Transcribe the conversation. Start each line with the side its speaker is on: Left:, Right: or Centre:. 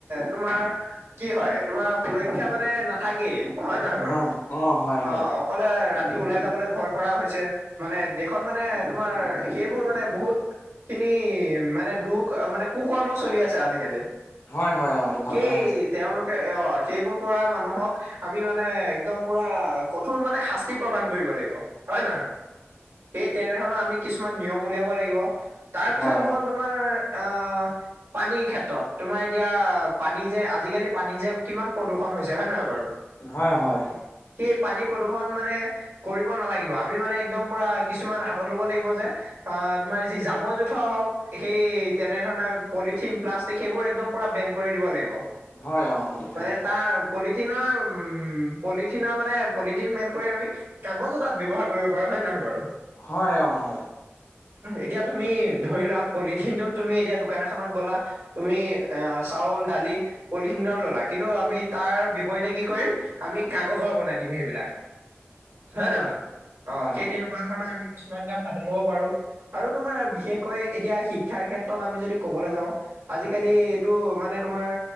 Right: তোমাৰ কি হয় তোমাৰ সুৰক্ষা মানে নাথাকেই হয় নহয় বাৰু?
Left: অ অ হয় হয়
Right: অ' অকলে ৰাতি তি ওলাই যাবলৈ ভয় কৰা হৈছে, মানে দেশত মানে তোমাৰ সেইবোৰ মানে বহুত খিনি মানে দুখ মানে কু কৰ্ম চলি আছে আজিকালি।
Left: হয় হয় অ এইটো ভাল
Right: সেই
Left: কথা কৈছে
Right: তেওঁলোকে, অ' সেইবোৰ কৰা মানুহক আমি মানে একদম পূৰা কঠোৰ মানে শাস্তি প্ৰদান কৰিব লাগিব হয় নহয়? সেই তেনেধৰণৰ আমি কিছুমান নিয়ম উলিয়াব লাগিব, তাৰপিছত
Left: হয় অ
Right: হ'ল তোমাৰ আ পানীৰ ক্ষেত্ৰত, তোমাৰ এতিয়া পানী যে আজিকালি পানী যে কিমান প্ৰদূষণ হৈছে হয় নহয় বাৰু?
Left: হয় হয়।
Right: সেই পানী প্ৰদূৰ্ষণ মানে কৰিব নালাগিব। আমি মানে একদম পুৰা কিছুমান হাতত লব লাগিব যে আ, তোমাৰ যি জা বৰ জোথৰ হওক, সেই তেনেধৰণে পলিথিন, প্লাষ্টিক সেইবোৰ একদম পুৰা বেন কৰি দিব লাগিব।
Left: হয় অ সেইটো হয়
Right: মানে তাৰ পলিথিনৰ উ, পলিথিনৰ মানে পলিথিন বেন কৰি আমি কাগজো তাত ব্যৱহাৰ কৰিব পাৰোঁ। হয় নে নহয় বাৰু?
Left: হয় অ' হয়।
Right: এতিয়া তুমি, ধৰি লোৱা, পলিথিনটোত তুমি এতিয়া, দোকান এখনত গ'লা। তুমি এ, চাউল-দালি পলিথিনত ল'লা। কিন্তু, আমি তাৰ বিপৰীতে কি কৰিম! আমি কাগজৰ বনাই দিম, সেইবিলাক। হয় নহয়? অ'!
Left: হয়
Right: সেই
Left: হয়
Right: তেনে তেনেকুৱা ধৰণৰ, আমি কিছুমান কাম হাতত ল'ব পাৰোঁ। আৰু তোমাৰ বিশেষকৈ, এতিয়া শিক্ষাৰ ক্ষেত্ৰত আমি যদি ক'বলৈ যাওঁ! আজিকালি, এইটো মানে তোমাৰ